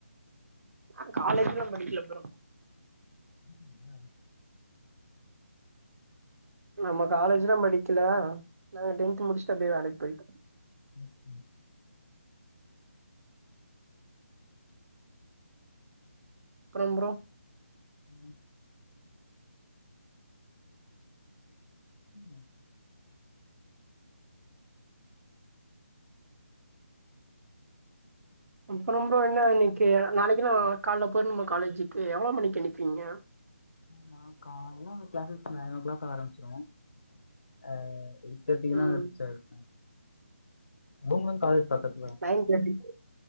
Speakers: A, on the right (about 80°); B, on the left (about 55°).
A: நா காலேஜ்லா படிக்கல ப்ரோ
B: ம் என்ன
A: நம்ம காலேஜ்லா படிக்கல நாங்க டென்த்து முடிச் சிட்டு அப்டியே வேலக்கி போய்டோ
B: ம் ம்
A: அப்றம் ப்ரோ
B: ம் ம்
A: அப்றம் ப்ரோ என்ன இன்னக்கி நாளைக்கி என்ன கால்ல போய்ர்னுமா காலேஜுக்கு எவ்ளோ மணிக்கு ஏந்திப்பீங்க
B: நா கால்ல கிளாஸஸ் நயன் ஓ கிளாக் ஆரமிச்சிரு ஆ எயிட் தேட்டிகுன்னா
A: ம்
B: அங்க ரீச் ஆய்ருப்பே அவுங்களு காலேஜ் பக்கத்துலதா
A: நைன் தேர்ட்டி